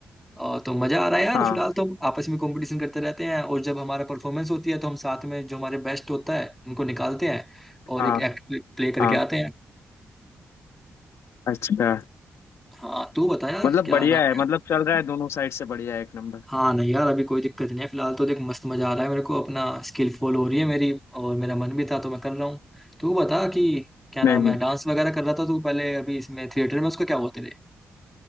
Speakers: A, in the centre; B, on the left.
A: अ, तो मजा आ रहा है यार
B: हाँ
A: फिलहाल तो हम आपस में कंपटीशन करते रहते हैं और जब हमारा परफॉर्मेंस होती है तो हम साथ में जो हमारे बेस्ट होता है उनको निकालते हैं और
B: हाँ
A: एक एक्ट प्ले करके
B: हाँ
A: आते हैं
B: अच्छा
A: हाँ तू बता यार
B: मतलब
A: क्या
B: बढ़िया
A: नाम
B: है
A: है
B: मतलब चल रहा है दोनों साइड से बढ़िया है एक नंबर
A: हाँ नहीं यार अभी कोई दिक्कत नहीं है फिलहाल तो देख मस्त मजा आ रहा है मेरे को अपना स्किल फॉल हो रही है मेरी और मेरा मन भी था तो मैं कर रहा हूँ तू बता कि क्या नाम
B: नहीं नहीं
A: है डांस वगैरह कर रहा था तू पहले अभी इसमें थिएटर में उसको क्या बोलते थे